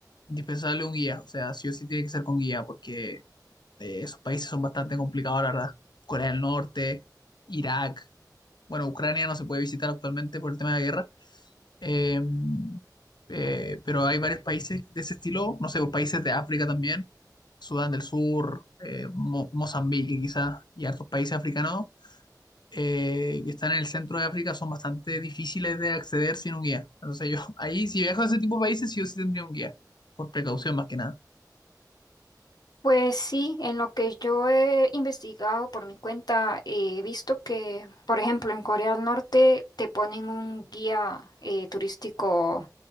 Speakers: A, on the left; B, on the left.
A: indispensable un guía. O sea, sí o sí tiene que ser con guía, porque eh, esos países son bastante complicados, la verdad. Corea del Norte, Irak. Bueno, Ucrania no se puede visitar actualmente por el tema de la guerra Eh, eh, pero hay varios países de ese estilo, no sé, países de África también, Sudán del Sur, eh, Mo- Mozambique quizás, y hartos países africanos eh, que están en el centro de África son bastante difíciles de acceder sin un guía. Entonces yo, <laughs> ahí si viajo a ese tipo de países, sí o sí tendría un guía, por precaución más que nada.
B: Pues sí, en lo que yo he investigado por mi cuenta, eh, he visto que, por ejemplo, en Corea del Norte te ponen un guía eh, turístico